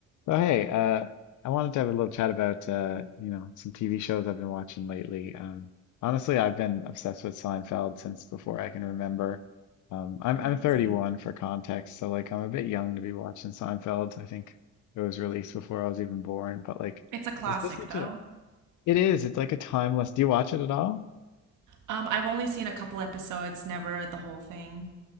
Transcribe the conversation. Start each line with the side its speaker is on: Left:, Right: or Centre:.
Left: So hey, uh, I wanted to have a little chat about uh, you know, some TV shows I've been watching lately. Um, honestly, I've been obsessed with Seinfeld since before I can remember. Um, I'm
Right: Oh,
Left: I'm
Right: I
Left: 31
Right: see.
Left: for context, so like I'm a bit young to be watching Seinfeld. I think it was released before I was even born, but like,
Right: It's a classic
Left: is this such
Right: though.
Left: a? It is. It's like a timeless. Do you watch it at all?
Right: Um, I've only seen a couple episodes, never the whole thing.